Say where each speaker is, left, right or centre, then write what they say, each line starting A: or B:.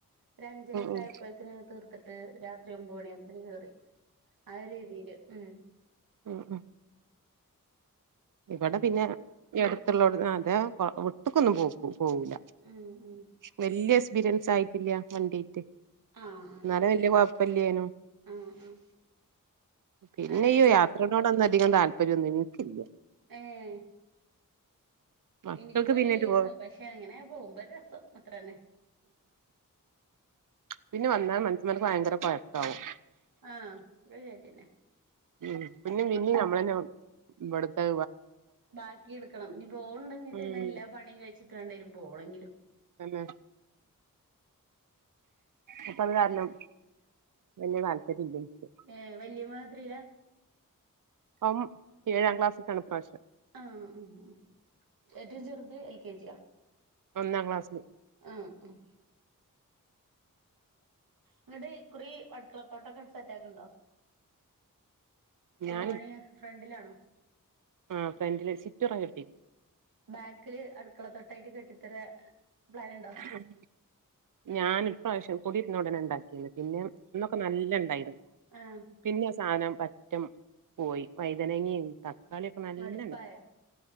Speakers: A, on the right (about 85°); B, on the right (about 70°).
A: ഒരഞ്ചരൊക്കെ
B: ഉം
A: ആയപ്പോഴത്തിന് തീർത്തിട്ട് രാത്രി ഒമ്പ് മണിയായപോത്തിന് കേറി. ആഹ് രീതീല് ഉം.
B: ഉം ഉം ഇവിടെ പിന്നെ ഈ
A: ഉം
B: അടുത്തുള്ളോണ്ട് അതെ വിട്ട്ക്കൊന്നും പോക്കൂ പോവൂല.
A: ഉം ഉം
B: വല്യ എക്സ്പീരിയൻസ് ആയിട്ടില്ല വണ്ടിറ്റ്.
A: ആഹ് ആഹ്
B: എന്നാലോ വല്യ കൊഴപ്പല്ലേനും
A: ആഹ് ആഹ്
B: പിന്നെ
A: അങ്ങനെ
B: ഈ യാത്രനോടൊന്നധികം താല്പര്യോന്നും ഇനിക്കില്ല.
A: ഏഹ്
B: മക്കൾക്ക്
A: എനിക്കും
B: പിന്നെ
A: ഇല്ലായിരുന്നു
B: ടൂ
A: പക്ഷെ അങ്ങനെ പോകുമ്പൊരു രസം അത്രന്നെ.
B: പിന്നെ വന്നാൽ മനുഷന്മാർക്ക് ഭയങ്കര കൊഴക്കാവും.
A: ആഹ് അത് ശരിയെന്നെ
B: ഉം പിന്നെ പിന്നീ നമ്മളെന്നെ ഇവിടുതെ
A: ബാക്കിടുക്കണം ഇനി പോണിണ്ടെങ്കത്തന്നെ
B: ഉം
A: എല്ലാ പണിയും കഴിച്ചിട്ട് വേണ്ടേരും പോണെങ്കിലും.
B: തന്നെ അപ്പ അത് കാരണം വല്യ താല്പര്യല്ലെനിക്ക്.
A: ഏഹ് വല്യേ മോൻ എത്രീല?
B: അവൻ ഏഴാം ക്ലാസ്ക്കാണു ഇപ്രാവശ്യം.
A: ആഹ് ഉം ഉം ഏറ്റവും ചെറുത് എൽ കെ ജിയാ?
B: ഒന്നാം ക്ലാസ്ന്
A: ആഹ് ആഹ് ഇങ്ങട്ട് ഇക്കുറി അടുക്കളത്തോട്ടൊക്കെ സെറ്റാക്ക്ണുണ്ടോ?
B: ഞാൻ
A: പണി ഫ്രണ്ടിലാണോ
B: ആഹ് ഫ്രണ്ടില് ചുറ്റൊറം കെട്ടി.
A: ബാക്കില് അടുക്കള തൊട്ടായിട്ട് കെട്ടിത്തര പ്ലാനുണ്ടോ?
B: ഉം ഞാൻ ഇപ്രാവശ്യം കൂടീര്ന്ന ഉടനെ ഉണ്ടാക്കിന്ന് പിന്നെ അന്നൊക്കെ നല്ലണ്ടായിരുന്ന്.
A: ആഹ്
B: പിന്നെ ആഹ് സാനം പറ്റം പോയി വൈതനങ്ങി തക്കാളിയൊക്കെ നല്ലണ്ട്
A: മടുപ്പായോ